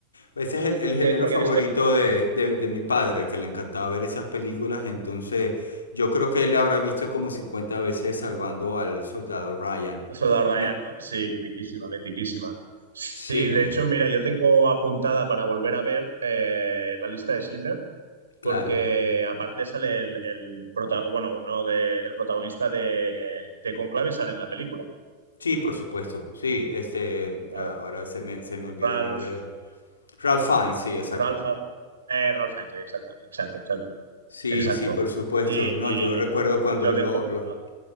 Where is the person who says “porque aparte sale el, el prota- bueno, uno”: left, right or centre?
Right